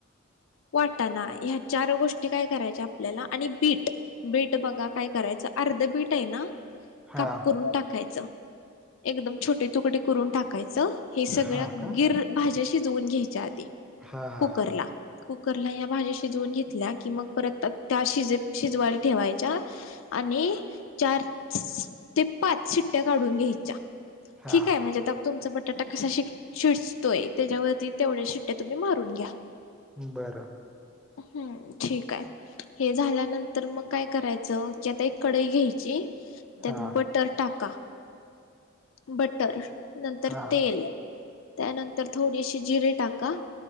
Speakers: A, on the left; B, in the centre.
A: वाटाना, ह्या चार गोष्टी काय करायच्या आपल्याला, आणि बीट बीट बघा काय करायचं, अर्ध बीट आहे ना
B: हां.
A: काप करून टाकायचं, एकदम छोटे तुकडे करून टाकायचं. हे सगळ्या
B: हां का?
A: गिर भाज्या शिजवुन घ्यायच्या आधी
B: हां, हां,
A: कुकरला
B: हां, हां.
A: कुकरला या भाज्या शिजवून घेतल्या, कि मग परत त्या शिजे शिजवायला ठेवायच्या. आणि चार ते पाच शीट्ट्या काढून घ्यायच्या.
B: हां.
A: ठीक आहे म्हणजे आता तुमचा बटाटा कसा शिजतोय, त्याच्यावरती तेवढ्या शिट्ट्या तुम्ही मारून घ्या
B: बरं.
A: हम्म, ठीक आहे. हे झाल्यानंतर मग काय करायचं, की आता एक कडई घ्यायची त्यात
B: हां,
A: बटर टाका, बटर नंतर
B: हां.
A: तेल, त्यानंतर थोडीशी जिरे टाका,